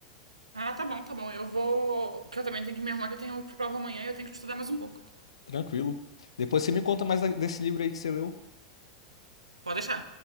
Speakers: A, on the right; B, on the left.
A: Ah, tá bom, tá bom. Eu vou. Que eu também tenho que me arrumar, que eu tenho prova amanhã e eu tenho que estudar mais um pouco.
B: Tranquilo. Depois você me conta mais da- desse livro aí que você leu.
A: Pode deixar.